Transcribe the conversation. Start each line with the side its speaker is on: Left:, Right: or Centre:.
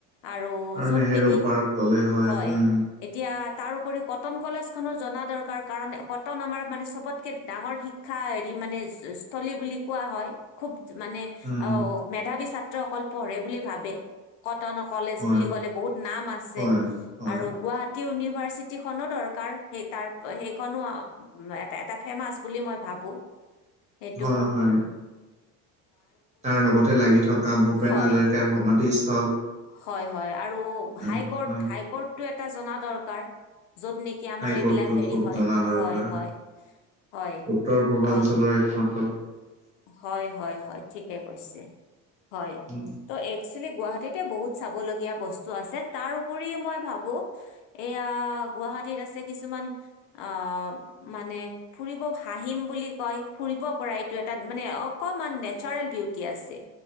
Left: আৰু য'ত
Right: নেহেৰু
Left: নেকি
Right: পাৰ্ক ক'লে
Left: হয়,
Right: উম,
Left: এতিয়া তাৰ উপৰি কটন কলেজ খনো জনা দৰকাৰ কাৰণ কটন আমাৰ মানে চবতকে ডাঙৰ শিক্ষা হেৰি মানে স্থলী বুলি কোৱা হয়, খুব মানে
Right: উম,
Left: অ' মেধাৱী ছাত্ৰসকল পঢ়ে বুলি ভাবে, কট কটন কলেজ
Right: হয়,
Left: বুলি ক'লে বহুত নাম আছে,
Right: হয়, হয়,
Left: আৰু গুৱাহাটী গুৱাহাটী ইউনিভাৰ্চিটিখনো দৰকাৰ। সেই তাৰ সেইখনো এটা ফেমাচ বুলি মই ভাবো। এইটো।
Right: হয়, হয়। তাৰ লগতে লাগি থকা ভূপেন
Left: হয়
Right: হাজৰিকাৰ সমাধিস্থল।
Left: হয়, হয়, আৰু
Right: উম,
Left: হাই কৰ্ট
Right: হয়।
Left: হাই কৰ্টটো এটা জনা দৰকাৰ। যত নেকি আমাৰ
Right: হাইকৰ্টটো
Left: এইবিলাক হেৰি
Right: খুব
Left: হয়,
Right: জনা দৰকাৰ।
Left: হয়, হয়। হয়
Right: উত্তৰ পূৰ্বাঞ্চলৰ
Left: আহ
Right: এক ম
Left: হয়, হয়, হয়, ঠিকে কৈছে। হয়,
Right: উম,
Left: ত' একচুৱেলি গুৱাহাটীতে বহুত চাবলগীয়া বস্তু আছ তাৰ উপৰিও মই ভাবো, এইয়া গুৱাহাটীত আছে কিছুমান অ', মানে ফুৰিব হাঁহিম বুলি কয় ফুৰিব পৰা এইটো তাত মানে অকমান নেচাৰেল বিউটি আছে।